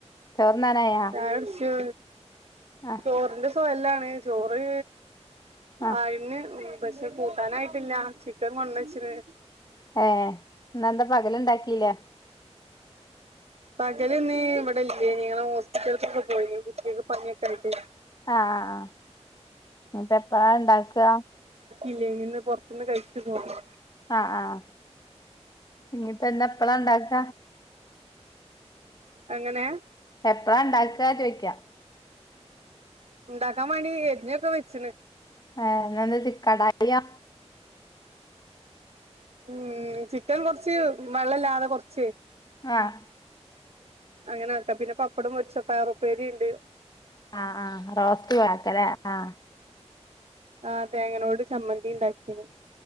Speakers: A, on the left (about 35°); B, on the right (about 65°).
A: ചോറ്ന്നാനായാ
B: ചായ കുടിച്ചു
A: ആഹ്
B: ചോറിന്റെ ഇപ്പ എല്ലാണ് ചോറ്
A: ആഹ്
B: ആയിണ് പക്ഷെ കൂട്ടാനായിട്ടില്ല ചിക്കൻ കൊണ്ട് വച്ചിന്
A: ഏഹ് ഇന്ന് എന്താ പകലുണ്ടാക്കിയില്ലേ?
B: പകലിന്ന് ഇവിടെ ഇല്ലേയിനി. ഞങ്ങള് ഹോസ്പിറ്റലിലൊക്കെ പോയിന്നു കുട്ടികൾക്ക് പനിയൊക്കെയായിട്ട്.
A: ആ അഹ് ആഹ് ഇനി ഇപ്പം എപ്പഴാ ഉണ്ടാക്കുക?
B: ഇല്ല ഇനി ഇന്ന് പുറത്തുന്ന് കഴിച്ചു പോന്നു.
A: ആ ആഹ് ഇനിയിപ്പം എന്താ എപ്പളാ ഉണ്ടാക്ക?
B: അങ്ങനെ
A: എപ്പളാ ഉണ്ടാക്കുക ചോദിക്കാ?
B: ഉണ്ടാക്കാൻ വേണ്ടി ഞാ പ്പോ വെച്ചിന്ന്
A: ആഹ് എന്താ ഇന്ന് ചി കടായിയാ
B: ഉം ചിക്കൻ കൊറച്ച് വെള്ള ഇല്ലാതെ കൊറച്ച്
A: ആഹ്
B: അങ്ങനെ ആക്കാം. പിന്നെ പപ്പടംപെരിച്ച് പയറുപ്പേരി ഉണ്ട്.
A: ആ ആഹ് റോസ്റ്റ് പോലെ ആക്ക അല്ലേ? ആഹ്
B: ആഹ് തേങ്ങലേട് ചമ്മന്തി ഉണ്ടാക്കിന്.